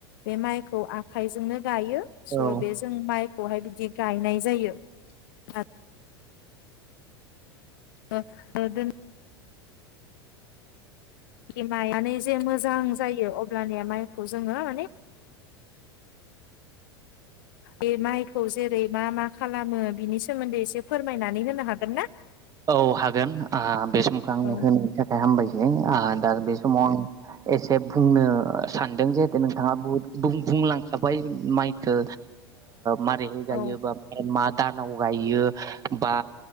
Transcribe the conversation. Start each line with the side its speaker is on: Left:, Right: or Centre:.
Left: बे माइखौ आखाइजोंनो गायो स'
Right: औ
Left: बे जों माइखौहाय बिदि गायनाय जायो आरो <unintelligible> माइआानो जे मोजां जायो अब्लानिया माइखौ जोङो माने बे माइखौ जेरै मा मा खालामो बिनि सोमोन्दै एसे फोरमायनानै होनो हागोन ना
Right: औ हागोन बे समखौ आंनो
Left: औ
Right: होनायनि थाखाय हामबायसै दा बे समाव आं एसे बुंनो सानदों जेहेथु नोंथाङा बहुत बुंलां खाबाय माइखौ माबारैहाय
Left: औ
Right: गायो बा मा दानाव गायो बा